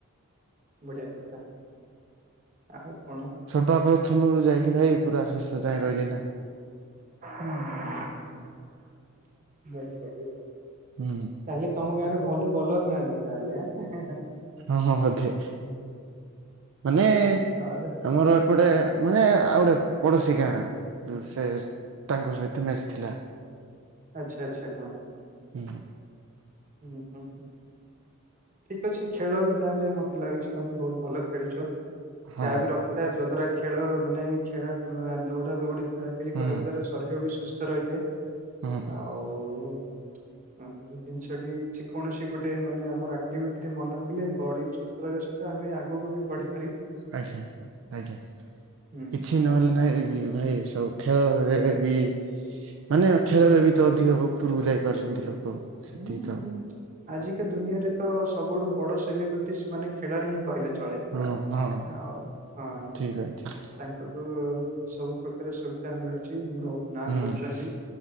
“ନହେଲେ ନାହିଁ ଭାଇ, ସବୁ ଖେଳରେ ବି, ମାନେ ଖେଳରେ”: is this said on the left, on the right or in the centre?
Right